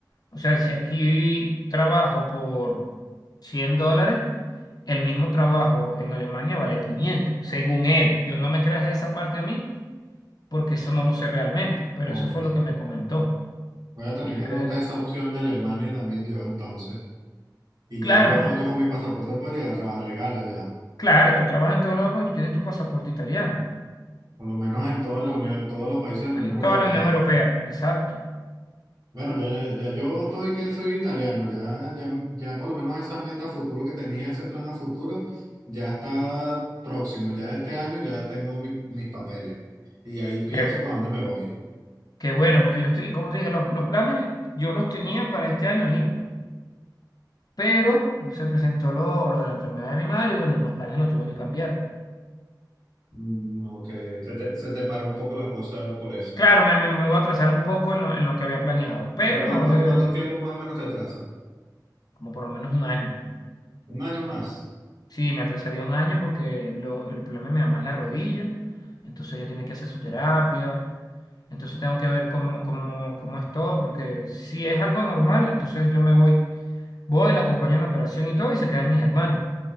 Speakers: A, on the left (about 60°); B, on the right (about 60°).
A: O sea, si aquí trabajo por 100 dólares, el mismo trabajo en Alemania vale 500, según él. Yo no me creas esa parte a mí, porque eso no lo sé realmente, pero
B: Concho.
A: eso fue lo que me comentó.
B: Voy a tener
A: Y yo
B: que anotar
A: quedé,
B: esa opción de Alemania también yo entonces. Y
A: claro,
B: ya yo,
A: por-
B: con- yo con mi pasaporte puedo llegar a trabajar legal allá.
A: claro, y tú trabajas en todos lados porque tú tienes tu pasaporte italiano.
B: Por lo menos en toda la Unión, todos los países de la
A: En
B: Unión Europea.
A: Toda la Unión Europea, exacto.
B: Bueno, ya, ya, ya yo estoy que soy italiano, ya, ya, ya por lo menos esa meta a futuro que tenía, ese plan a futuro, ya está próximo, ya este año ya tengo mi- mis papeles y ahí pienso
A: Qué bueno,
B: para dónde me voy.
A: qué bueno, porque yo estoy, como te dije, los, los planes yo los tenía para este año irme. pero se presentó lo, lo de la enfermedad de mi madre y bueno, los planes los tuve que cambiar.
B: Mm, ok, se te, se te paró un poco la cosa por eso.
A: Claro, me, me, me voy a atrasar un poco en lo, en lo que había planeado, pero
B: ¿Y cuánto,
A: no le,
B: cuánto tiempo más o menos te atrasa?
A: como por lo menos un año.
B: ¿Un año más?
A: Sí, me atrasaría un año porque lo- el problema de mi mamá es la rodilla, entonces ella tiene que hacer su terapia, entonces tengo que ver cómo, cómo, cómo es todo, porque si es algo normal, entonces yo me voy, voy, la acompaño en la operación y todo y se quedan mis hermanas.